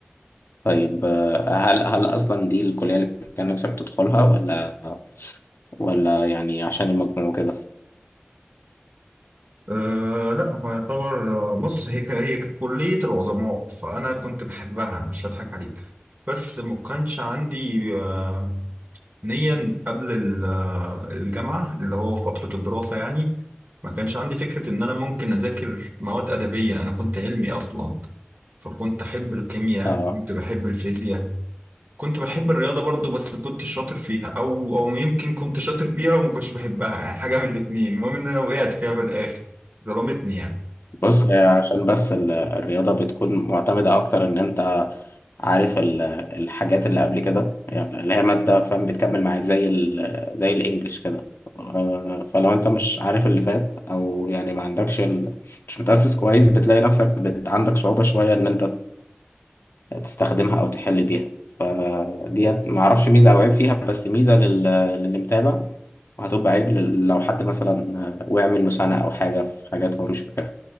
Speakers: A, on the left (about 65°); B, on the right (about 40°).
A: طيب آه، هل هل أصلا دي الكلية اللي كان نفسك تدخلها ولا ولا يعني عشان المجموع وكده؟
B: أه لا هو يعتبر آه، بص هي ك- هي كانت كلية العظماء فأنا كنت بحبها مش هضحك عليك بس ما كانش عندي آه، نيا قبل ال- آه، الجامعة اللي هو فترة الدراسة يعني ما كانش عندي فكرة إن أنا ممكن أذاكر مواد أدبية أنا كنت علمي أصلا فكنت أحب الكيمياء
A: آه
B: كنت بحب الفيزياء كنت بحب الرياضة برضو بس كنت شاطر فيها أو أو يمكن كنت شاطر فيها وما كنتش بحبها يعني حاجة من الاتنين المهم إن أنا وقعت فيها في الآخر ظلمتني يعني
A: بص هي عشان بس ال- الرياضة بتكون معتمدة أكتر إن أنت عارف ال- الحاجات اللي قبل كده يعني اللي هي مادة فاهم بتكمل معاك زي ال زي الإنجليش كده آه، فلو أنت مش عارف اللي فات أو يعني ما عندكش ال مش متأسس كويس بتلاقي نفسك بت عندك صعوبة شوية إن أنت تستخدمها أو تحل بيها فديت معرفش ميزة أو عيب فيها بس ميزة لل... للي متابع وهتبقى عيب لل... لو حد مثلا وقع منه سنة أو حاجة في حاجات هو مش فاكرها